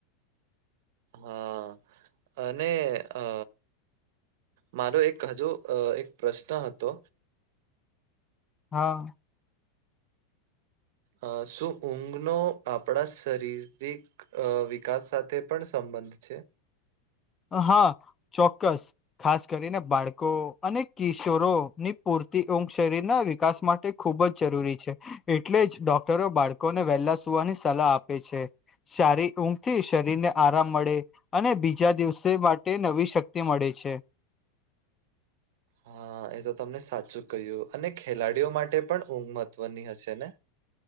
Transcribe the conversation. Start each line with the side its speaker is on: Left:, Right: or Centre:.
Right: હા અને અ મારો એક હજુ એક પ્રશ્ન હતો.
Left: હા
Right: અ શું ઊંઘનો આપણા શરીરિક અ વિકાસ સાથે પણ સંબંધ છે.
Left: હા ચોક્કસ ખાસ કરીને બાળકો અને કિશોરો ની પૂરતી ઘ શરીર ના વિકાસ માટે ખુબ જ જરૂરી છે એટલે જ ડોક્ટરો બાળકોને વહેલા સુવાની સલાહ આપે છે. સારી ઊંઘ થી શરીર ને આરામ મળે અને બીજા દિવસે માટે નવી શક્તિ મળે છે.
Right: હા એ તો તમને સાચું કહ્યું અને ખેલાડીઓ માટે પણ ઊંઘ મહત્વની હશે ને